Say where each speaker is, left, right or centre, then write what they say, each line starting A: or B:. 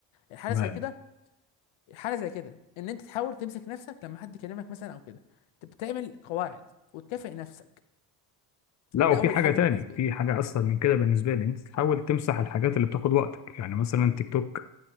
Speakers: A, on the left; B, on the left.
A: حاله
B: تمام
A: زي كده حاله زي كده ان انت تحاول تمسك نفسك لما حد يكلمك مثلا او كده تب- تعمل قواعد وتكافئ نفسك
B: لا
A: ده
B: وفي
A: اول
B: حاجة
A: حل
B: تاني
A: بالنسبه
B: في
A: لي
B: حاجة أسهل من كده بالنسبة لي أنت تحاول تمسح الحاجات اللي بتاخد وقتك يعني مثلا تيك توك